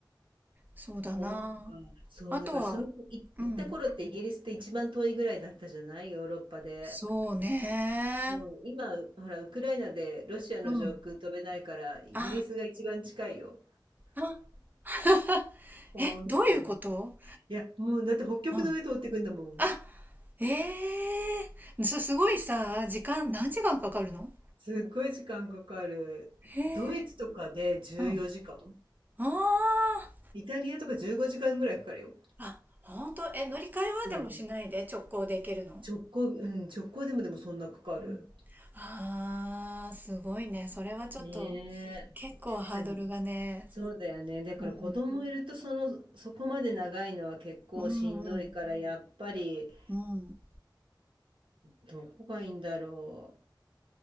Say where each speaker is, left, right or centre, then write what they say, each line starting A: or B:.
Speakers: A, on the right; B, on the right.
A: そうだな。
B: そうか、そう、
A: あとは、
B: だからそのい行った頃ってイギリスって一番遠いぐらいだったじゃないヨーロッパで。
A: うん。そうね。
B: うん、今、ほら、ウクライナでロシアの上空飛べないから、
A: うん。
B: イギリスが一番近いよ。
A: あ、あ、あえ、
B: 本当に。
A: どういうこと
B: いや、もうだって北極の上通ってくんだもん。
A: うん。あ、ええす、すごいさ、時間、何時間かかるの
B: すっごい時間かかる。
A: へえ。
B: ドイツとかで14時間。
A: うん。ああ。
B: イタリアとか15時間ぐらいかかるよ。
A: あ、ほんと、え、乗り換えはでもしないで直行で行けるの
B: うん。直行、うん、直行でもでもそんなかかる。
A: うんあーすごいね。それはちょっと、
B: ね
A: 結構ハードルがね。
B: え。だそうだよね。だから子供いるとその、
A: うん。
B: そこまで長いのは結構しんどいから、
A: うん、うん、
B: やっぱり
A: うん、うん、
B: どこがいいんだろ